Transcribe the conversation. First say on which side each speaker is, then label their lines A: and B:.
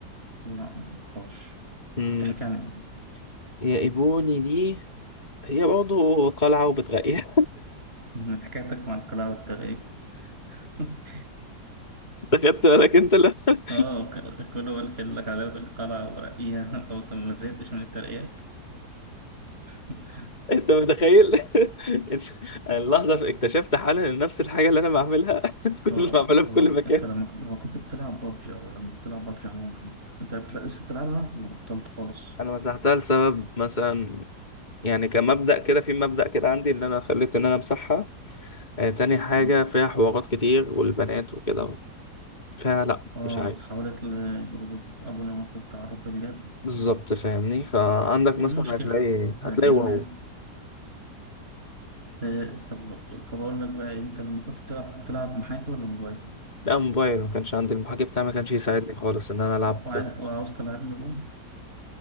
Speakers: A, on the right (about 35°); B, on the left (about 25°).
A: لا ما اعرفش
B: امم
A: بتحكي عن ايه؟
B: هي ايفوني دي هي برضه قلعه وبتغير
A: <laughs> من حكايتك مع القلاع والترقية <laughs>
B: <laughs> انت خدت بالك انت لا <laughs>
A: اه ك- كله قال لك على القلعة ورقية <laughs> طب انت ما زهقتش من الترقيات <laughs>
B: انت متخيل <laughs> انت- انا اللحظه اكتشفت حالا ان نفس الحاجه اللي انا بعملها <laughs>
A: هو
B: كل ما بعملها
A: طب
B: في كل
A: أقول
B: مكان
A: لك أنت لما لما كنت بتلعب بابجي أو لما بتلعب بابجي عموما أنت بتلا- لسه بتلعبها ولا بطلت خالص؟
B: انا مسحتها لسبب مثلا يعني كمبدأ كده في مبدأ كده عندي اللي انا خليت ان انا امسحها آه، تاني حاجه
A: أه
B: فيها حوارات كتير والبنات وكده فلا
A: أه
B: مش عايز
A: اتحولت لجروب أبو نواف للتعرف بالجد
B: بالظبط فاهمني فعندك
A: طب
B: مثلا
A: إيه المشكلة؟
B: هتلاقي هتلاقي
A: يعني إيه
B: واو
A: المانع؟ إيه طب طب أقول لك بقى إيه، أنت لما كنت بتلعب بتلعب محاكي ولا موبايل؟
B: لا موبايل ما كانش عندي المحاكي بتاعي ما كانش يساعدني خالص ان انا العب
A: وعايز وعاوز تلعبني روم؟